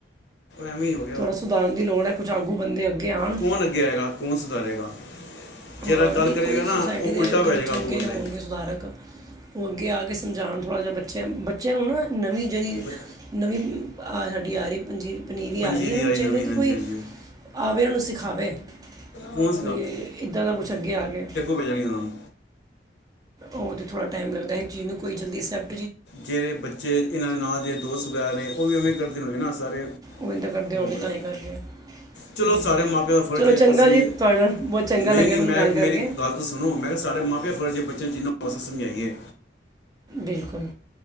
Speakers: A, on the left; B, on the right.
A: ਐਵੇਂ ਓ
B: ਥੋੜ੍ਹਾ ਸੁਧਾਰਨ ਦੀ ਲੋੜ ਐ, ਕੁਛ ਆੱਗੂ ਬੰਦੇ ਅੱਗੇ ਆਣ।
A: ਕੌਣ ਅੱਗੇ ਆਏਗਾ ਕੌਣ ਸੁਧਾਰੇਗਾ ਜਿਹੜਾ
B: ਹਾਂ,
A: ਗੱਲ
B: ਨਈਂ
A: ਕਰੇਗਾ
B: ਕੋਈ
A: ਨਾ
B: ਸੁੋਸਾਇਟੀ
A: ਉਹ
B: ਦੇ
A: ਉਲਟਾ ਪੈ
B: ਜੇੜੇ
A: ਜਾਏਗਾ
B: ਚੰਗੇ
A: ਅੱਗੋਂ ਬੰਦੇ
B: ਹੋਣਗੇ ਸੁਧਾਰਕ ਓਹ ਅੱਗੇ ਆ ਕੇ ਸਮਝਾਣ ਥੋੜ੍ਹਾ ਜਾ, ਬੱਚੇਆਂ ਬੱਚੇਆਂ ਨੂੰ ਨਾ ਨਵੀਂ ਜੇੜੀ
A: ਬ-
B: ਨਵੀਂ- ਆਹ ਸਾਡੀ ਆ ਰਹੀ ਪੰਜੀਰੀ ਪਨੀਰੀ
A: ਪੰਜੀਰੀ
B: ਆ ਰਿਐ ਓਨਾਂ
A: ਆਈ
B: ਨੂੰ ਚਾਈਦਾ
A: ਨਵੀਂ
B: ਕਿ
A: ਹਾਂਜੀ
B: ਕੋਈ
A: ਹਾਂਜੀ
B: ਆਵੇ ਓਨੂੰ ਸਿਖਾਵੇ।
A: ਕੌਣ
B: ਕੋਈ ਏਦਾਂ ਦਾ ਕੁਛ ਅੱਗੇ ਆਕੇ।
A: ਕੋਈ ਜਾਣੀ ਓਨਾਂਨੂੰ।
B: ਓ ਤੇ ਥੜ੍ਹਾ ਟਾਈਮ ਲੱਗਦਾ ਜੀਨੂੰ ਕੋਈ ਜਲਦੀਸੈਪ
A: ਜੇੜੇ ਬੱਚੇ ਈਨਾਂ ਨਾਲ ਦੇ ਦੋਸਤ ਵਗੈਰਾ ਨੇ ਓਵੀ ਉਵੇਂ ਕਰਦੇ ਹੁਣੇ ਨਾ ਸਾਰੇ
B: ਓ ਇੱਦਾਂ ਕਰਦੇ ਹੋਣਗੇ
A: ਹੋ ਗਿਆ
B: ਤਾਂ ਹੀ ਕਰਦੇ ਆ।
A: ਚਲੋ ਸਾਡੇ ਮਾਪਿਆਂ ਦਾ ਫਰਜ਼
B: ਚਲੋ
A: ਹੈ
B: ਚੰਗਾ
A: ਅਸੀਂ
B: ਜੀ, ਤੁਆਡੇ ਨਾ ਬੋਤ ਚੰਗਾ
A: ਨਹੀਂ
B: ਲੱਗਿਆ
A: ਨਹੀਂ
B: ਮੈਨੂੰ
A: ਮੈਂ
B: ਗੱਲ ਕਰਕੇ।
A: ਮੇਰੀ ਗੱਲ ਸੁਣੋ ਮੈਂ ਕੇਆ ਸਾਰੇ ਮਾਪੇ ਆ ਫਰਜ ਬੱਚੇਆਂ ਨੂੰ ਜਿਨਾ ਹੋ ਸਕੇ ਸਮਝਾਈਏ।
B: ਬਿਲਕੁਲ।